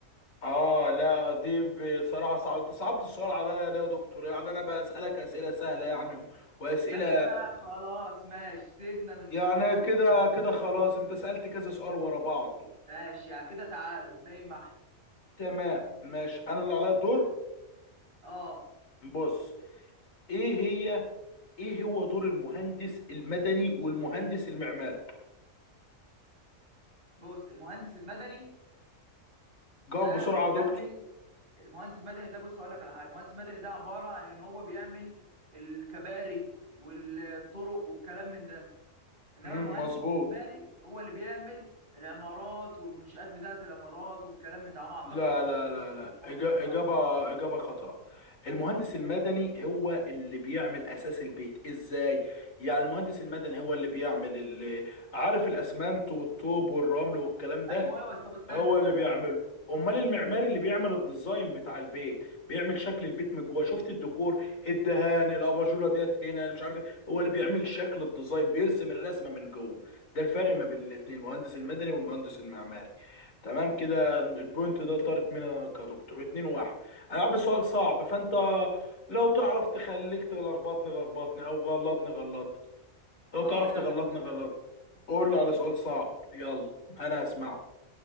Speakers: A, on the left; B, on the right.
A: اه لا دي بصراحة صعبت صعبت السؤال عليا ليه يا دكتور يعني انا بسألك اسئلة سهلة يعني واسئلة
B: ماشي بقى خلاص ماشي سيبنا من
A: يعني
B: دي خلاص
A: كده كده خلاص انت سألت كذا سؤال ورا بعض
B: ماشي يعني كده تعادل زي ما احنا
A: تمام ماشي انا اللي عليا الدور
B: اه
A: بص ايه هي ايه هو دور المهندس المدني والمهندس المعماري
B: بص المهندس المدني
A: جاوب
B: ده
A: بسرعة
B: بيعمل
A: يا دكتور
B: المهندس المدني ده بص هقول لك على حاجه المهندس المدني ده عباره عن ان هو بيعمل الكباري والطرق والكلام من ده انما
A: مم،
B: المهندس
A: مظبوط
B: المعماري هو اللي بيعمل العمارات والمنشآت بتاعه العمارات والكلام من ده على ما اعتقد
A: لا
B: انا مش
A: لا لا
B: متأكد
A: لا
B: من الحوار
A: إج-
B: ده الصراحه
A: إجابة إجابة خاطئة المهندس المدني هو اللي بيعمل أساس البيت إزاي؟ يعني المهندس المدني هو اللي بيعمل اللي عارف الأسمنت والطوب والرمل والكلام ده
B: ايوه ايوه طب استنى
A: هو
B: استنى
A: اللي بيعمله
B: اقول لك
A: امال المعماري
B: ال-
A: اللي بيعمل الديزاين بتاع البيت بيعمل شكل البيت من جوه شفت الديكور الدهان الاباجوره ديت هنا اللي مش عارف ايه هو اللي بيعمل شكل الديزاين بيرسم الرسمه من جوه ده الفرق ما بين الاثنين المهندس المدني والمهندس المعماري تمام كده البوينت ده طارت منها كدكتور اتنين واحد انا عارف السؤال صعب فانت لو تعرف تخليك تلخبطني لخبطني او غلطني غلطني لو
B: هقول
A: تعرف تغلطني
B: لك على
A: غلطني
B: حاجه
A: قول لي على سؤال صعب يلا انا هسمعك